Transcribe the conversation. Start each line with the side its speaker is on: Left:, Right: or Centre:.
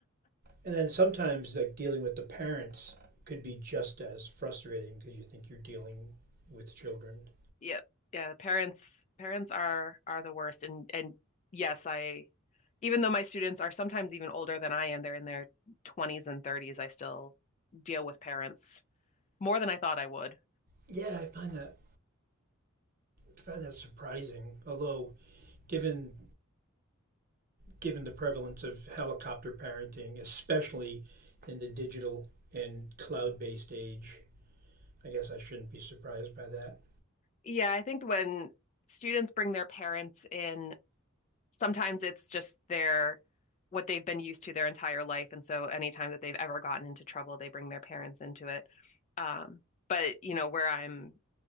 Right: And then sometimes like dealing with the parents could be just as frustrating because you think you're dealing with children.
Left: Yep. Yeah, parents parents are are the worst and and yes, I even though my students are sometimes even older than I am, they're in their 20s and 30s, I still deal with parents more than I thought I would.
Right: Yeah, I find that I find that surprising. Although, given given the prevalence of helicopter parenting, especially in the digital and cloud-based age, I guess I shouldn't be surprised by that.
Left: Yeah, I think when students bring their parents in sometimes it's just their what they've been used to their entire life, and so anytime that they've ever gotten into trouble, they bring their parents into it. Um, but you know, where I'm